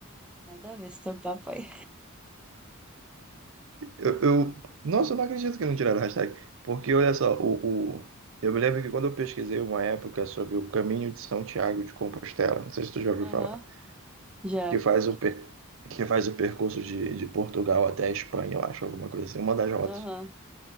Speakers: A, in the centre; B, on the right.
A: Nada a ver, esse papo aí.
B: Eu, eu- nossa, eu não acredito que não tiraram a hashtag. Porque olha só, o, o- eu me lembro que quando eu pesquisei uma época sobre o caminho de São Tiago de Compostela, não sei se tu já ouviu
A: <laughs> Aham,
B: falar,
A: já.
B: que faz o, per- que faz o percurso de, de Portugal até a Espanha, eu acho, alguma coisa assim, uma das rotas.
A: Aham.